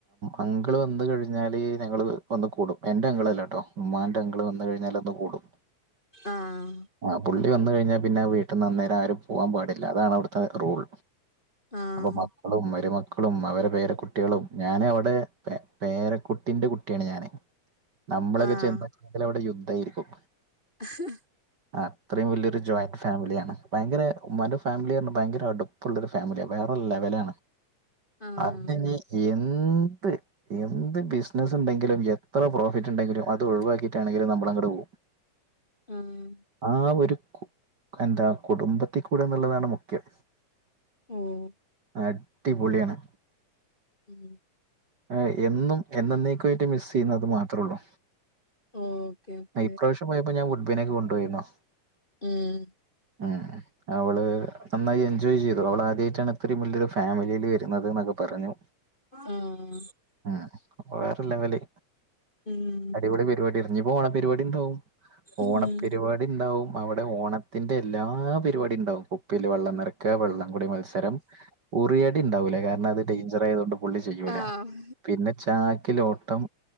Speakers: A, on the right; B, on the left.
A: അങ്കിള് വന്ന് കഴിഞ്ഞാല് ഞങ്ങള് ഒന്ന് കൂടും എന്റെ അങ്കിളല്ലട്ടോ. ഉമ്മാന്റെ അങ്കിള് വന്ന് കഴിഞ്ഞാലൊന്ന് കൂടും
B: ആഹ്
A: ആ പുള്ളി വന്ന് കഴിഞ്ഞാ. പിന്നെ വീട്ടി നിന്ന് അന്നേരാരും പോവാൻ പാടില്ല അതാണവിടുത്തെ റൂൾ.
B: ആഹ്
A: അപ്പോ മക്കളും മരുമക്കളും അവരെ പേരക്കുട്ടികളും ഞാനവിടെ പേ പേരക്കുട്ടിന്റെ കുട്ടിയാണ് ഞാനേ. നമ്മളൊക്കെ
B: ആഹ്
A: ചെന്ന <unintelligible> അവിടെ യുദ്ധായിരിക്കും.
B: <unintelligible>
A: ആ അത്രയും വലിയൊരു ജോ ഫാമിലിയാണ് ഭയങ്കര ഉമ്മാൻ്റെ ഫാമിലി ഭയങ്കര അടുപ്പുള്ളൊരു ഫാമിലിയാ വേറെ ലെവലാണ്.
B: ആഹ്
A: അപ്പനി എന്ത്. എന്ത് ബിസിനസിണ്ടെങ്കിലും എത്ര പ്രോഫിറ്റ്യിണ്ടെങ്കിലും അത് ഒഴിവാക്കിട്ടാണെങ്കിലും നമ്മളങ്ങട് പോവും.
B: <unintelligible>
A: ആ ഒരു കു എന്താ കുടുംബത്തിൽ കൂടെന്നുള്ളതാണ് മുഖ്യം
B: ഉം
A: അടിപൊളിയാണ്
B: ഉം
A: ഏ എന്നും എന്നെന്നേക്കുമായിട്ട് മിസ് ചെയ്യുന്നത് അത് മാത്രേള്ളൂ
B: ഓക്കെ ഓക്കെ
A: ഇപ്രാശ്യം പോയപ്പം ഞാൻ ഗുഡ്ബിനേക്ക് കൊണ്ടുപോയെന്നു
B: ഉം
A: ആഹ് അവള് നന്നായി എൻജോയ് ചെയ്തു അവള് ആദ്യായിട്ടാണ് ഇത്രയും വലിയൊരു ഫാമിലിയില് വരുന്നത് എന്നൊക്കെ പറഞ്ഞു
B: ഉം
A: ആ അപ്പൊ വേറെ ലെവല്
B: ഉം
A: ഇവിടെ പരിപാടി ഇഞ്ഞി ഇപ്പ ഓണപരിപാടിയിണ്ടാവും ഓണപരിപാടിയിണ്ടാവും
B: ഉം
A: അവിടെ ഓണ ത്തിൻ്റെ എല്ലാ പരിപാടിയിണ്ടാവും കുപ്പില് വെള്ളം നെറ ക്ക വെള്ളംകൂടി മത്സരം ഉറിയടിണ്ടാവൂല കാരണം അത് ഡേഞ്ചറായതോണ്ട് പുള്ളി ചെയ്യൂല
B: ആഹ്
A: പിന്നെ ചാക്കിലോട്ടം